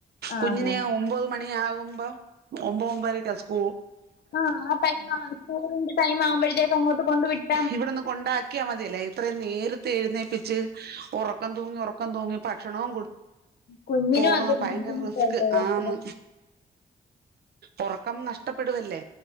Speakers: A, on the left; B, on the right.
A: ആഹ്
B: കുഞ്ഞ്ഞിനെ ഒമ്പത് മണി ആ ഒം ഒംബാര കസ്ക
A: ആ് ആ ടൈം ആ സ്കൂളിന്റെ ടൈം ആവുമ്പോഴത്തേക്ക് അങ്ങോട്ട് കൊണ്ട് വിട്ട
B: ഇവിടൊന്ന് കൊണ്ടാക്കിയാൽ മതിയല്ലേ ഇത്രയും നേരി ഴുന്നേപ്പിച്ച് ഉറക്കം തൂങ്ങി ഉറക്കം തൂി ഭക്ഷണ
A: കുഞ്ഞിനും
B: പോകുന്ന
A: അതൊരു
B: ഭയങ്കര
A: ബുദ്ധിമുട്ടല്ലേ
B: റിസ്ക്
A: യാത്ര
B: ആന്ന് ഉറക്കം നഷ ഇഷ്ടപ്പെടുവല്ലേ